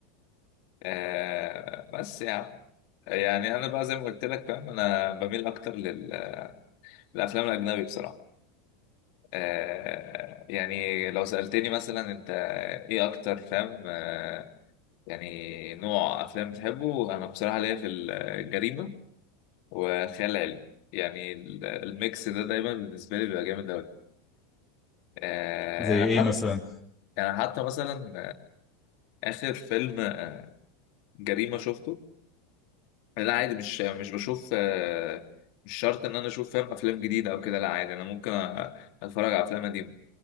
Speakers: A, on the left; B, in the centre.
A: آه، بس يعني يعني أنا بقى زي ما قلت لك فاهم أنا بميل أكتر لل- للأفلام الأجنبي بصراحة آه، يعني لو سألتني مثلا أنت إيه أكتر فاهم آه، يعني نوع أفلام بتحبه أنا بصراحة ليا في الجريمة وخيال علمي يعني ال- الميكس ده دايما بالنسبة لي بيبقى جامد أوي آه،
B: زي
A: أنا
B: ايه
A: حتى
B: مثلا
A: أنا حتى مثلا آخر فيلم آه، جريمة شفته لا عادي مش مش بشوف آه، مش شرط إن أنا أشوف فاهم أفلام جديدة أو كده لا عادي أنا ممكن أ- أتفرج على أفلام قديمة